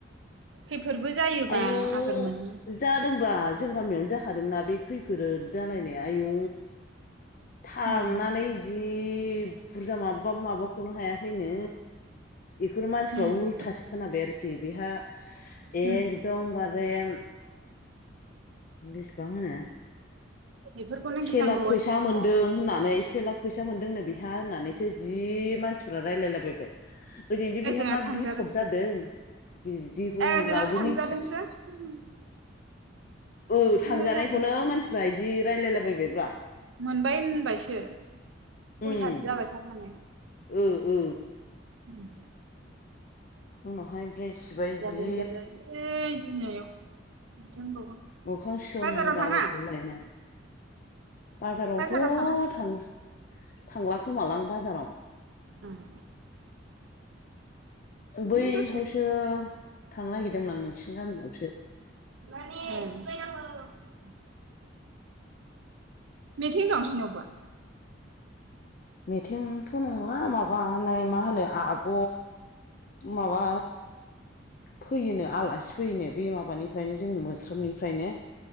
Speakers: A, on the right; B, on the left.
A: खैफोदबो जायोबा
B: आयु
A: आगोर मोनो
B: जादों। बा जों गामियावनो जाखादोंना बे खैफोद जालायनाया आयु। थांनानै
A: उम
B: जि बुरजा माबबा माबाखौनो हाया खैनो। ऐखौनो मानसिफ्रा
A: उम
B: उल्थासो खोनाबाय आरोखि बेहा एक
A: उम
B: होमबाजेन बेसेबां होनो।
A: बेफोरखौनो
B: से
A: गिनांगौ
B: लाख फैसा
A: अयथासार
B: मोनदों होननानै से लाख फैसा मोनदोंनो बिहा होननानैसो जि मानसिफ्रा रायलायलाबायबाय। ओजोंदि
A: ओजोंहा
B: बेहा मा
A: थांजादोंसो
B: बिफद जादों
A: ए
B: बिदिखौउन
A: ओजों
B: रावबो मि
A: <unintelligible>
B: ओ थांजानायखौनो
A: बिदिनो जायो
B: मानसिफ्रा इदि रायलायलाबायबाय ब्रा।
A: मोनबाय होनबायसो उल्थासो
B: उम
A: जाबाय थारमाने।
B: ओ ओ।
A: उम।
B: उनावहाय ओमफ्राय सिबाय जि
A: देनजार जायो ओइ दुनियायाव माथो होनबावगोन
B: मोखां सोम
A: बाजाराव
B: जालाय
A: थाङा
B: बुलायनाय। बाजारावथ'
A: बाजाराव थाङा
B: थां थांला खोमालां बाजाराव।
A: ओम।
B: बैहासो
A: दसे
B: थांनो नागिरदोंमोन आं नोंसिनि गामियावसो।
A: <unintelligible> मिथिं दं सिनावबा?
B: मिथिंथ' नंला माबानाय मा होनो आब' माबा फैयोनो आलासि फैयोनो बे माबानिफ्रायनो जोंनि मोस्रोमनिफ्रायनो।